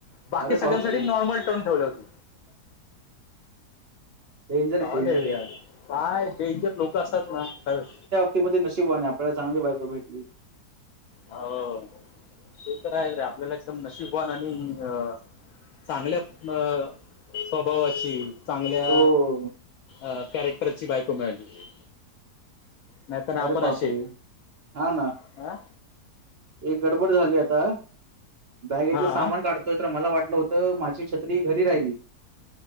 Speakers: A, on the left; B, on the right.
A: बाकी
B: अरे
A: सगळ्यांसाठी
B: बापरे!
A: नॉर्मल टोन ठेवले होती.
B: डेंजर
A: सॉलीड
B: आहे, डेंजर
A: यार
B: आहे.
A: डेंजर लोक असतात ना खरंच
B: ती ब ती नशीबवान आय आपल्याला चांगली बायको भेटली.
A: हो ते तर आहेच रे, आपल्याला एकदम नशीबवान आणि अ चांगल्या म स्वभावाची चांगल्या
B: हो
A: अ कॅरेक्टरची बायको मिळाली. नाहीतर आपण
B: अरे बापरे!
A: असे
B: हा ना.
A: हा
B: एक गडबड झाली आता. बॅगेतलं
A: हा
B: सामान काढतोय, तर मला वाटलं होतं माझी छत्री घरी राहिली.